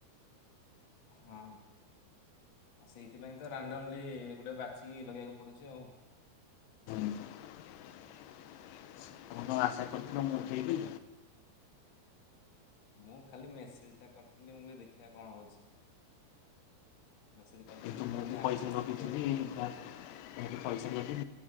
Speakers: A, on the left (about 40°); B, on the left (about 85°).
A: ହଁ। ଆ ସେଇଥିପାଇଁ ତ ରାଣ୍ଡମଲି ଗୋଟେ ବାଛିିକି ଲଗେଇବାକୁ ପଡୁଛି ଆଉ।
B: <inaudible> ଆପଣ ଆଶା କରୁଥିଲ ମୁଁ ଉଠେଇବି।
A: ମୁଁ ଖାଲି ମେସେଜ ଟା କରିଥିଲି ମୁଁ କହିଲି ଦେଖିବା କଣ ହଉଛି। ମେସେଜ କରିଦେଲି
B: ଏଠୁ
A: ଦେଖିବା
B: ମୁ ଯୋଦି
A: ଯଦି ଆକ୍ଟିଭ
B: ପଇସା ନଦେଇଥିମି
A: ଥିବେ
B: ଆ ହେଟୁ ପଇସା ନେଇକି